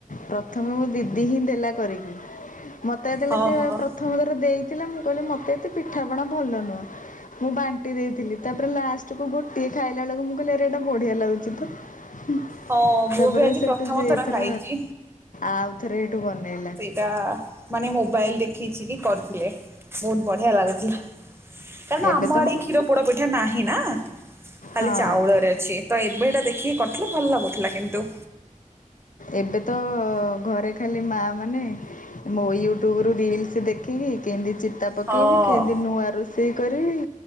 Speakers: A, on the left; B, on the right.
A: ପ୍ରଥମ ମୋ ଦିଦି ହିଁ ଦେଲା କରିକି, ମତେ ଯେତେବେଳେ
B: ହଁ
A: ସେ
B: ହଁ
A: ପ୍ରଥମଥର ଦେଇଥିଲା ମୁଁ କହିଲି ମୋତେ ଏତେ ପିଠାପଣା ଭଲ ନୁହଁ। ମୁଁ ବାଣ୍ଟି ଦେଇଥିଲି ତାପରେ ଲାଷ୍ଟକୁୁ ଗୋଟିଏ ଖାଇଲା ବେଳକୁ ମୁଁ କହିଲି ଆରେ ଏଇଟା ବଢିଆ ଲାଗୁଛି ତ। ହୁଁ।
B: ହଁ ମୁଁ
A: ତାପରେ
B: ବି ଆଜି
A: ସେଠୁ
B: ପ୍ରଥମ
A: ସେ
B: ଥର
A: ଏଥର
B: ଖାଇଛି
A: ଆଉଥରେ ଏଇଠୁ ବନେଇଲା।
B: ତା ମାନେ ମୋବାଇଲ ଦେଖିଛି କି କରିଥିଲେ ବହୁତ ବଢ଼ିଆ ଲାଗୁଥିଲା। କାରଣ
A: ଏବେ
B: ଆମ
A: ତ
B: ଆଡେ କ୍ଷୀର ପୋଡ ପିଠା ନାହିଁ ନା ଖାଲି
A: ହଁ
B: ଚାଉଳରେ ଅଛି। ଛି ତ ଏବେ ଏଟା ଦେଖିକି କରିଥିଲେ ଭଲ ଲାଗୁଥିଲା କିନ୍ତୁ।
A: ଏବେ ତ ଘରେ ଖାଲି ମା ମାନେ। ମୁ ୟୁଟ୍ୟୁବରୁ ରିଲସ ଦେଖିବି କେମିତି ଚିତା ପକେଇବି
B: ହଁ
A: କେମିତି ନୂଆ ର ସେଇ କରିବି